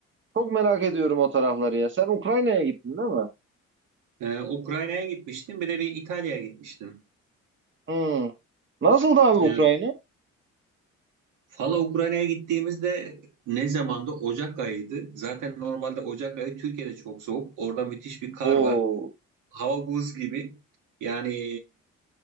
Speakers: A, on the right (about 40°); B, on the right (about 85°).
A: Çok merak ediyorum o tarafları ya. Sen Ukrayna'ya gittin değil mi?
B: Ee, Ukrayna'ya gitmiştim. Bir de bir İtalya'ya gitmiştim.
A: Hmm. Nasıldı abi Ukrayna?
B: Evet. Valla Ukrayna'ya gittiğimizde ne zamandı? Ocak ayıydı. Zaten normalde Ocak ayı Türkiye'de çok soğuk. Orada müthiş bir kar
A: Oo.
B: var. Hava buz gibi. Yani